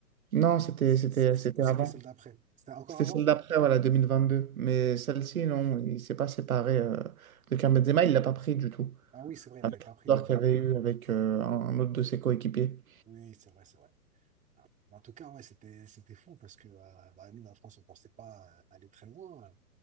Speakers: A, on the right (about 60°); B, on the right (about 15°).
A: Non, c'était,
B: C'est-
A: c'était,
B: c'est- c'est-
A: c'était
B: Ou c'était
A: avant.
B: celle d'après? C'était encore
A: C'était
B: avant?
A: celle d'après, voilà, 2022. Mais celle-ci, non, il s'est pas séparé euh, de Karim Benzema, il l'a pas pris du tout.
B: Ah oui, c'est vrai, il
A: Avec
B: l'avait pas
A: l'histoire
B: pris du tout.
A: qu'il y avait eu avec euh, un, un autre de ses coéquipiers.
B: Oui, c'est vrai, c'est vrai. Mais en tout cas, ouais, c'était, c'était fou parce que euh, bah, nous, la France, on pensait pas euh, aller très loin.